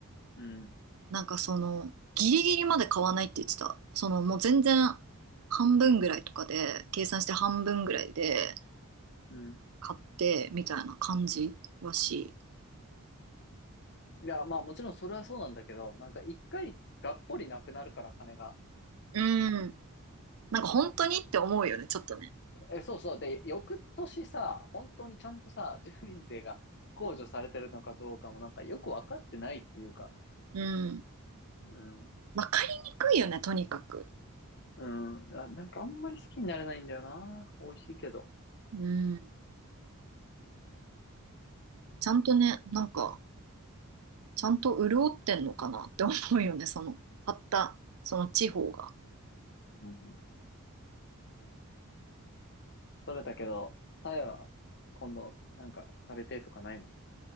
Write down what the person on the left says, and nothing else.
うん、
うん。
いや、まあもちろんそれはそうなんだけど、なんか一回がっぽりなくなるから金が。
え、そうそう。で、翌年さ、本当にちゃんとさ、住民税が控除されてるのかどうかもなんかよくわかってないっていうか。
うん。
うん。な、なんかあんまり好きになれないんだよな。美味しいけど。
うん。それだけど、タイは今度なんか食べてとかないの